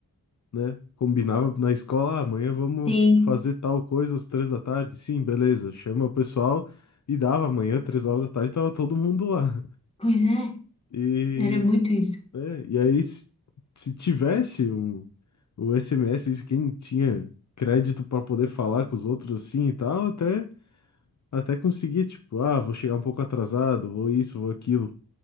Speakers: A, on the left (about 55°); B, on the left (about 15°).
A: né? Combinava na escola, ah, amanhã vamos
B: sim.
A: fazer tal coisa às três da tarde. Sim, beleza. Chama o pessoal e dava amanhã, três horas da tarde, tava todo mundo lá.
B: Pois é,
A: E,
B: era muito isso.
A: né, e aí, se, se tivesse um, o SMS, quem tinha crédito para poder falar com os outros assim e tal, até, até conseguia, tipo, ah, vou chegar um pouco atrasado, vou isso, vou aquilo.